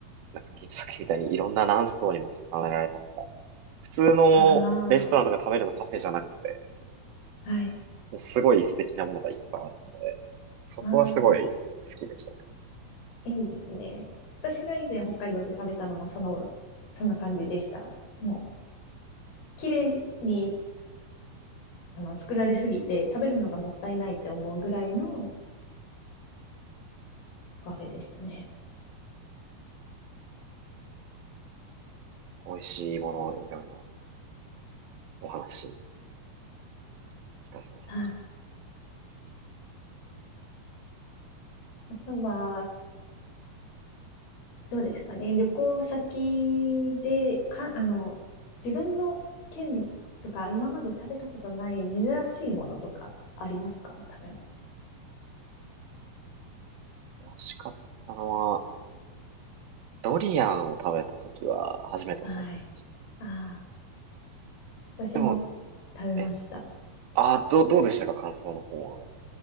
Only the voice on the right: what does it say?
なんか芸術作品みたいにいろんな何層にも重ねられた、なんか、普通のレストランとか食べるのパフェじゃなくて、
もうすごい素敵なものがいっぱいあるので、そこはすごい好きでしたね。
美味しいものをいろいろお話聞かせてもらいます。
美味しかったのは、ドリアンを食べた時は初めての体験でした。
でも、
え、あ、ど、どうでしたか感想の方は。